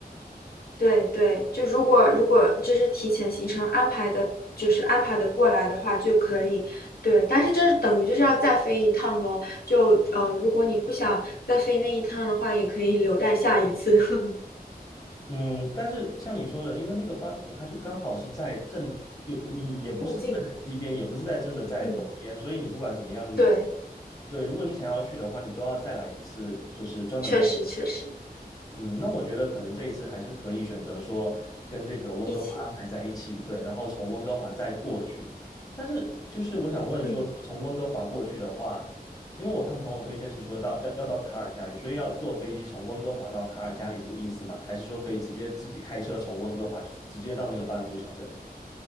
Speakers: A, on the left; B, on the left.
A: 对对，就如果如果就是提前行程安排的，就是安排的过来的话就可以。对，但是就是等于就是要再飞一趟咯，就呃，如果你不想再飞那一趟的话，也可以留待下一次 <laughs>
B: 嗯，但是像你说的，因为那个班服它就刚好是在正有你也不是真的在西边，
A: 入境。
B: 也不是在真的在东边，
A: 嗯。
B: 所以你不管怎么样，你每一次
A: 对，
B: 对，如果你想要去的话，你都要再来一次，就是专门在。
A: 确实确实
B: 嗯，那我觉得可能这一次还是可以选择说跟这个温哥华安排在一起，
A: 一起，
B: 对，然后从温哥华再过去。但是就是我想问说，
A: 嗯，
B: 如果从温哥华过去的话，因为我看朋友推荐是说到要要到卡尔加里，所以要坐飞机从温哥华到卡尔加里这个意思吗？还是说可以直接自己开车从温哥华就直接到那个班夫小镇？